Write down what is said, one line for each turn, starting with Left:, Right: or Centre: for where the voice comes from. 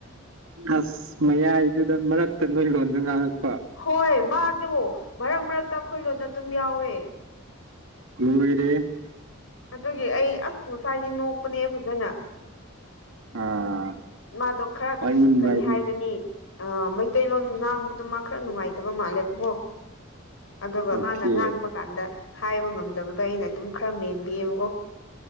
Right: ꯑꯁ ꯃꯌꯥꯏꯗꯨꯗ ꯃꯔꯛꯇ ꯅꯣꯏ ꯂꯣꯟꯗ ꯉꯥꯡꯉꯛꯄ
Left: ꯍꯣꯏ ꯃꯥꯗꯣ ꯃꯔꯛ ꯃꯔꯛꯇ ꯑꯩꯈꯣꯏ ꯂꯣꯟꯗ ꯑꯗꯨꯝ ꯌꯥꯎꯋꯦ
Right: ꯂꯣꯏꯔꯦꯍꯦ
Left: ꯑꯗꯨꯒꯤ ꯑꯩ ꯑꯁ ꯉꯁ꯭ꯋꯥꯏꯗꯤ ꯅꯣꯛꯄꯅꯦ ꯐꯖꯅ
Right: ꯑꯥ
Left: ꯃꯥꯗꯣ ꯈꯔ
Right: ꯋꯥꯔꯤ ꯅꯨꯡꯉꯥꯏꯔꯤ
Left: ꯀꯔꯤ ꯍꯥꯏꯒꯅꯤ ꯃꯩꯇꯩꯂꯣꯟ ꯉꯥꯡꯕꯗ ꯃꯥ ꯈꯔ ꯅꯨꯡꯉꯥꯏꯇꯕ ꯃꯥꯜꯂꯦꯕꯀꯣ ꯑꯗꯨꯒ
Right: ꯑꯣꯀꯦ
Left: ꯃꯥꯅ ꯉꯥꯡꯕ ꯀꯥꯟꯗ ꯍꯥꯏꯕ ꯉꯝꯗꯕꯗꯣ ꯑꯩꯅ ꯑꯗꯨꯝ ꯈꯔ ꯃꯦꯟꯕꯤꯑꯕꯀꯣ